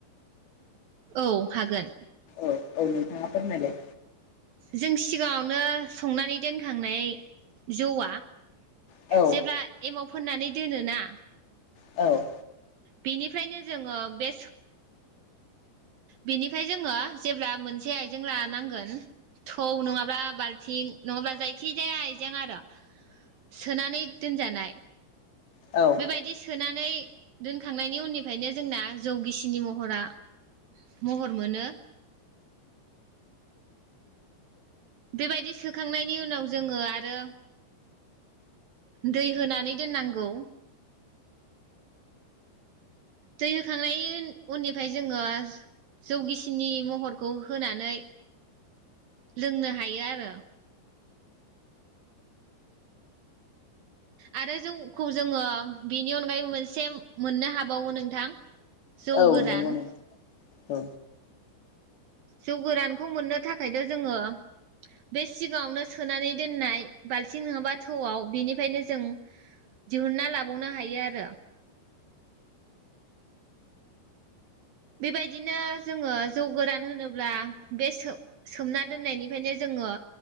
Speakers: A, on the right; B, on the left.
A: औ हागोन
B: औ औ नोंथाङा फोरमायलाय
A: जों सिगाङावनो संनानै दोनखांनाय जौआ
B: औ
A: जेब्ला एमाव फोननानै दोनोना
B: औ
A: बेनिफ्रायनो जोङो बे बेनिफ्राय जोङो जेब्ला मोनसे आइजें लानांगोन थौ नङाब्ला बालथिं नङाब्ला जायखिजाया आइजें आरो सोनानै दोनजानाय
B: औ
A: बेबायदि सोना नै दोनखांनायनि उननिफ्रायनो जोंना जौ गिसिनि महरा महर मोनो बेबायदि सोखांनायनि उनाव जोङो आरो दै होनानै दोननांगौ दै होखांनायनि उननिफ्राय जोङो जौ गिसिनि महरखौ होनानै लोंनो हायो आरो आरो जौखौ जोङो बेनि अनगायैबो मोनसे मोननो हाबावो नोंथां जौगोरान
B: औ नंगौ नंगौ औ
A: जौ गोरानखौ मोननो थाखायथ' जोङो बे सिगाङावनो सोनानै दोननाय बाल्थिं नङाबा थौआव बेनिफ्रायनो जों दिहुनना लाबावनो हायो आरो बेबायदिनो जोङो जौ गोरान होनोब्ला बे सोमना दोननायनिफ्रायनो जोङो